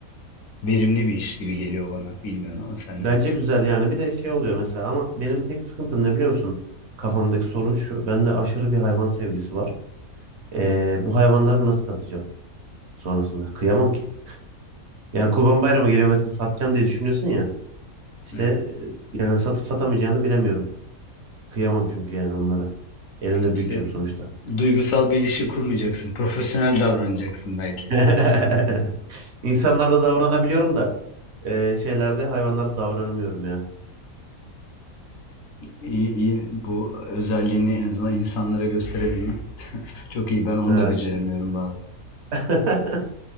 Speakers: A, on the left; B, on the right.
A: verimli bir iş gibi geliyor bana. Bilmiyorum ama sen
B: Bence
A: ne dersin?
B: güzel yani bir de şey oluyor mesela ama benim tek sıkıntım ne biliyor musun? Kafamdaki sorun şu. Bende aşırı bir hayvan sevgisi var. Ee, bu hayvanları nasıl satacağım sonrasında? Kıyamam ki. Yani Kurban Bayramı geliyor mesela satacağım diye düşünüyorsun ya. İşte
A: Evet.
B: e, yani satıp satamayacağını bilemiyorum. Kıyamam çünkü yani onlara. Elimde
A: İşte
B: büyüteceğim sonuçta.
A: duygusal bir ilişki kurmayacaksın. Profesyonel davranacaksın belki.
B: <laughs> İnsanlarda davranabiliyorum da e, şeylerde hayvanlarda davranamıyorum ya.
A: İyi iyi. Bu özelliğini en azından insanlara gösterebilmem. <laughs> Çok iyi. Ben onu
B: Evet.
A: da beceremiyorum bazen.
B: <laughs>